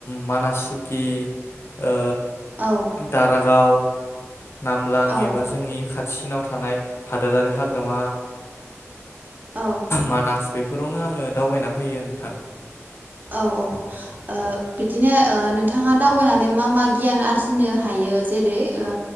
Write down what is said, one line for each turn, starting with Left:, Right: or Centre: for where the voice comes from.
Left: मानास सुकि ओ
Right: औ
Left: दारागाव नामलां
Right: औ
Left: एबा जोंनि खाथि सिनाव थानाय हादोरारि हाग्रामा
Right: औ
Left: मानास बेफोरावनो आङो दावबायना फैयो नोंथां।
Right: औ औ ओ बिदिनो ओ नोंथाङा दावबायनानै मा मा गियान आरजिनो हायो जेरै ओ